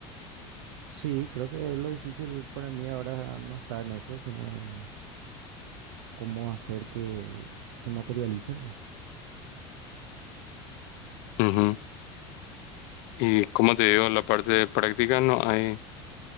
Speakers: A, on the right (about 75°); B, on the left (about 60°).
A: Sí, creo que lo difícil para mí ahora no está en eso, sino en cómo hacer que se materialicen más.
B: Ujú. Y como te digo, la parte de práctica no hay,